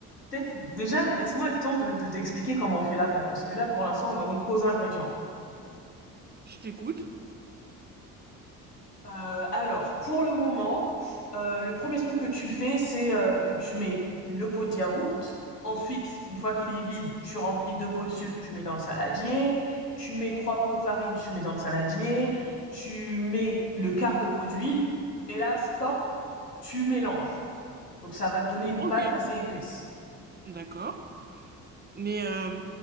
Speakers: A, on the left; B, on the right.
A: peut-être déjà laisse-moi le temps de, de t'expliquer comment on fait la pâte, parce que là, pour l'instant, on en est qu'aux ingrédients.
B: Je t'écoute.
A: Heu, alors pour le moment, heu, le premier truc que tu fais, c'est, heu, que tu mets le pot de yaourt. Ensuite, une fois qu'il est vide, tu remplis 2 pots de sucre, tu mets dans le saladier. Tu mets 3 pots de farine, tu mets dans le saladier. Tu mets le quart de pot d'huile et là, stop, tu mélanges. Donc ça va te donner une
B: Ok,
A: pâte assez épaisse.
B: d'accord. Mais, euh,